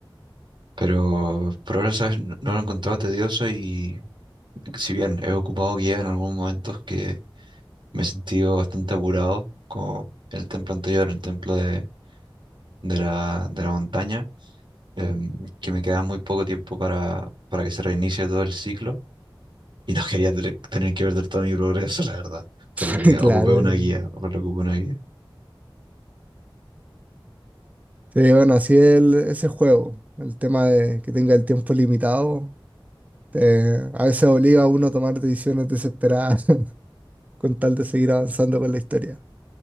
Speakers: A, on the right (about 65°); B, on the right (about 15°).
A: Pero por ahora, ¿sabes? No, no lo he encontrado tedioso y si bien he ocupado guías en algunos momentos que me he sentido bastante apurado, como el templo anterior, el templo de, de la, de la montaña, em, que me queda muy poco tiempo para, para que se reinicie todo el ciclo y no quería tener, tener que perder todo mi progreso, <laughs> la verdad, por
B: <laughs>
A: lo que
B: Claro.
A: ocupé una
B: claro.
A: guía, por lo que ocupé una guía.
B: Sí, bueno, así es el- ese juego. El tema de que tenga el tiempo limitado, te- a veces obliga a uno a tomar decisiones desesperadas <laughs> con tal de seguir avanzando con la historia.